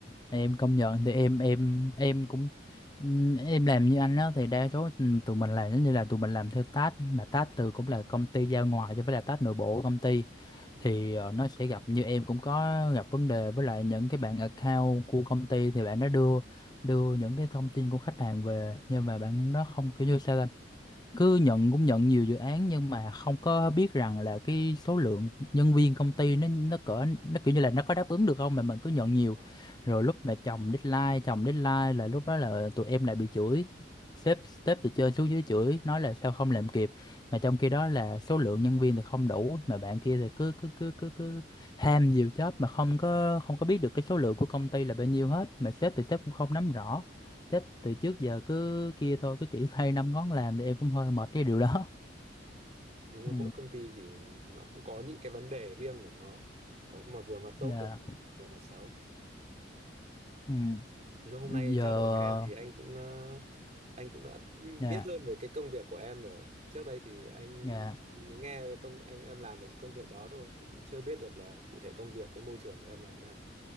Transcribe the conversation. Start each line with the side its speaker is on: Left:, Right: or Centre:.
Left: em công nhận thì em em em cũng ừm, em làm như anh đó thì đa số ừm, tụi mình làm giống như là tụi mình làm theo task là task từ cũng là công ty giao ngoài cho với là task nội bộ của công ty
Right: Ừ.
Left: thì ờ, nó sẽ gặp như em cũng có gặp vấn đề với lại những cái bạn account của công ty thì bạn nó đưa đưa những cái thông tin của khách hàng về nhưng mà bạn nó không kiểu như sao ta? cứ nhận cũng nhận nhiều dự án nhưng mà không có biết rằng là cái số lượng nhân viên công ty nó nó cỡ nó kiểu như là nó có đáp ứng được không mà mình cứ nhận nhiều
Right: đúng rồi.
Left: rồi lúc mà chồng deadline chồng deadline là lúc đó là tụi em lại bị chửi sếp
Right: Đấy.
Left: sếp từ trên xuống dưới chửi nói là sao không làm kịp mà trong khi đó là số lượng nhân viên thì không đủ mà bạn kia thì cứ cứ cứ cứ cứ ham nhiều job mà không có không có biết được cái số lượng của công ty là bao nhiêu hết mà sếp thì sếp cũng không nắm rõ Chắc từ trước giờ cứ kia thôi, cứ chỉ thay năm ngón làm thì em cũng hơi mệt cái điều đó.
Right: Ừ.
Left: <laughs>
Right: Đúng là
Left: Ừ,
Right: mỗi công ty thì nó cũng có những cái vấn đề riêng của nó có mà vừa mặt
Left: dạ,
Right: tốt được vừa mặt xấu
Left: ừ,
Right: Nói chung hôm
Left: giờ,
Right: nay trao đổi với em thì anh cũng ờ, anh cũng đã
Left: dạ,
Right: biết hơn về cái công việc của em rồi. Trước đây thì anh
Left: dạ,
Right: mới nghe công anh em làm về cái công việc đó thôi thì cũng chưa biết được là cụ thể công việc với môi trường của em làm thế nào.